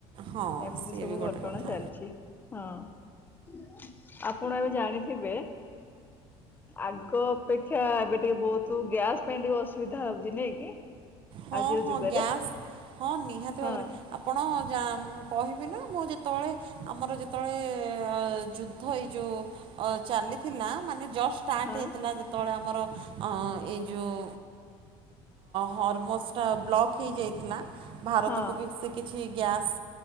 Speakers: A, on the right; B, on the left.
A: ହଁ
B: ଏମିତି
A: ସିଏ
B: ସବୁ
A: ବି
B: ଘଟଣା
A: ଗୋଟେ କଥା
B: ଚାଲିଛି। ହଁ ଆପଣ ଏବେ ଜାଣିଥିବେ ଆଗ ଅପେକ୍ଷା ଏବେ ଟିକେ ବହୁତ ଗ୍ୟାସ୍ ପାଇଁ ଟିକେ ଅସୁବିଧା ହଉଛି ନାଇଁ। କି?
A: ହଁ
B: ଆଜିର
A: ହଁ
B: ଯୁଗରେ
A: ଗ୍ୟାସ୍ ହଁ ନିହାତି
B: ହଁ
A: ଭାବରେ ଆପ ପଣ ଯାମ କହିବେନା ମୁଁ ଯେତେବେଳେ ଆମର ଯେତେବେଳେ ଳେ ଯୁଦ୍ଧ ଏଇ ଯୋଉ ଚାଲିଥିଲା ମାନେ ଜଷ୍ଟ ଷ୍ଟାର୍ଟ
B: ହଁ
A: ହେଇଥିଲା ଯେତେବେଳେ ଆମର ଅ ଏଇ ଯୋଉ ହର୍ମୋସ୍ ଟା ବ୍ଲକ୍ ହେଇଯାଇଥିଲା ଭାରତକୁ
B: ହଁ
A: ବି ସେ କି କିଛି ଗ୍ୟାସ୍